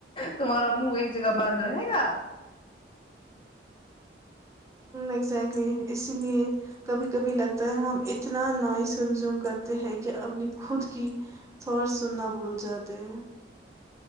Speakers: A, on the left; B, on the right.
A: تمہارا منہ ایک جگہ بند رہے گا
B: اگزیکٹلی اسی لیے کبھی کبھی لگتا ہے ہم اتنا نوائز کنزیوم کرتے ہیں کہ اپنی خود کی تھات سننا بھول جاتے ہیں